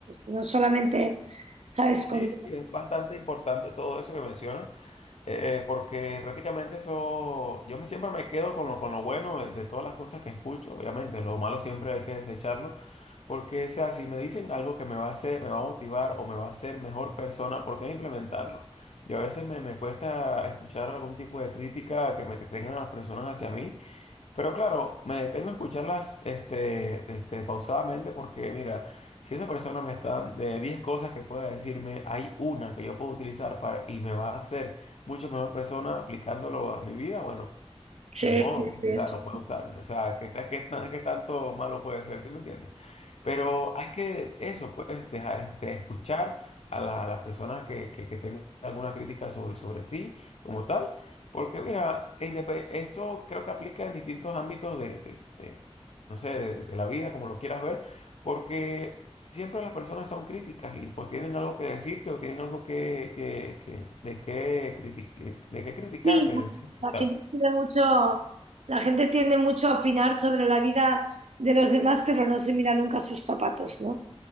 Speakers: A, on the right; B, on the left.
A: no solamente, ¿sabes?
B: Sí,
A: Con...
B: sí, es bastante importante todo eso que mencionas, eh, eh, porque prácticamente eso, yo me siempre me quedo con lo, con lo bueno de, de todas las cosas que escucho, obviamente, lo malo siempre hay que desecharlo, porque, o sea, si me dicen algo que me va a hacer, me va a motivar o me va a hacer mejor persona, ¿por qué no implementarlo? Yo a veces me, me cuesta escuchar algún tipo de crítica que me que tengan las personas hacia mí. Pero claro, me detengo a escucharlas este, este, pausadamente porque, mira, si esa persona me está dando de 10 cosas que pueda decirme, hay una que yo puedo utilizar para, y me va a hacer mucho mejor persona aplicándolo a mi vida, bueno,
A: Sí,
B: ni modo,
A: sí, sí, eso
B: o sea, lo puede usar. O sea, ¿qué, ta- qué, tan- qué tanto malo puede ser? ¿Sí me entiendes? Pero hay que, eso, pues, dejar, este, escuchar a la, a las personas que, que, que tengan alguna crítica sobre, sobre ti como tal. Porque, mira, indepe- eso creo que aplica en distintos ámbitos de, de- de, no sé, de, de la vida, como lo quieras ver. Porque siempre las personas son críticas y pues, tienen algo que decirte o tienen algo que, que, que- de qué criti- de qué criticarte,
A: Sí,
B: en sí, como
A: la
B: tal.
A: gente tiene mucho, la gente tiende mucho a opinar sobre la vida de los demás, pero no se mira nunca sus zapatos, ¿no?